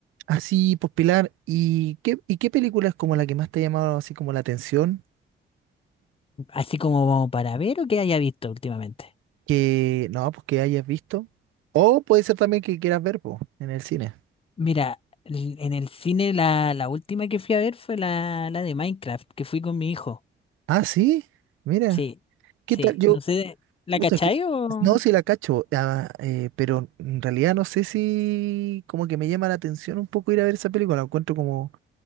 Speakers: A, on the right; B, on the left.
A: Así, pues Pilar, ¿y qué, y qué película es como la que más te ha llamado así como la atención?
B: Así como para ver o que haya visto últimamente.
A: Que no, pues que hayas visto. O puede ser también que quieras ver, pues, en el cine.
B: Mira, l- en el cine la, la última que fui a ver fue la, la de Minecraft, que fui con mi hijo.
A: Ah, sí, mira,
B: Sí,
A: ¿qué
B: sí.
A: tal? Yo,
B: No sé, ¿la
A: puta,
B: cachai
A: que-
B: o...?
A: no, si la cacho, ah, eh, pero en realidad no sé si como que me llama la atención un poco ir a ver esa película. La encuentro como,